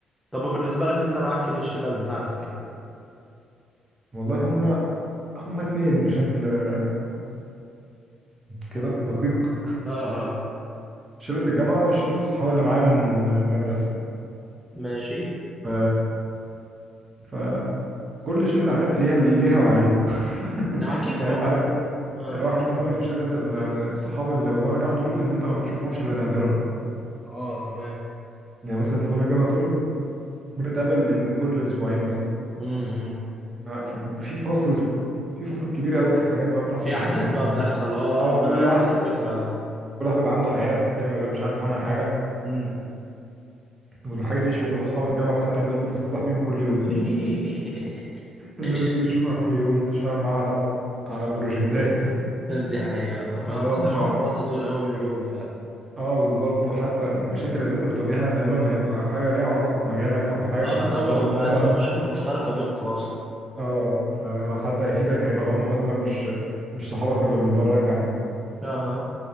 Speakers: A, in the centre; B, on the right (about 30°).
A: طب بالنسبة لك انت بقى احكي لي الشلل بتاعتك يعني
B: والله هما هما اتنين بشكل آه، كده دقيق
A: اه اه
B: شلة الجامعة وشلة الصحاب اللي معايا من من المدرسة
A: ماشي
B: ف... فكل شلة عارف ليها ليها وعليها <laughs>
A: لا اكيد
B: يعني
A: طبعا
B: انت عارف
A: اه
B: الوحش مثلا في شلة الصحاب اللي بره الجامعة دول ان انت ما بتشوفهمش الا نادرا
A: اه تمام
B: يعني مثلا اللي بره الجامعة دول بنتقابل كل اسبوعين مثلا
A: امم
B: ف- ففي فاصل في فاصل كبير قوي في حاجات بقى بتحصل
A: في
B: في
A: احداث
B: النص ما
A: بقى
B: بقى.
A: بتحصل اه
B: اه
A: آه، ما
B: كل
A: انا نفس
B: واحد
A: الفكره
B: كل واحد بيبقى عنده حياه فالتاني ما بيبقاش عارف عنها حاجه
A: امم
B: والحاجه دي مش موجوده في اصحاب الجامعه مثلا لان دول بتصطبح بيهم كل يوم
A: <laughs>
B: الناس دي بتشوفها كل يوم بتشتغل معاها على على بروجكتات <laughs>
A: دي حقيقه آه، فمقضي
B: اه ف
A: معاهم وقت طويل قوي من اليوم فعلا
B: اه بالظبط وحتى المشاكل اللي انت بتواجهها غالبا هيبقى حاجه ليها علاقه بمجالك او بحاجه
A: اه
B: فهتروح
A: بالطبع
B: لهم هم
A: هتبقى مشاكل مشتركه بينكم اصلا
B: اه فلو حد هيفيدك هيبقى هم مثلا مش مش صحابك اللي من بره الجامعه
A: اها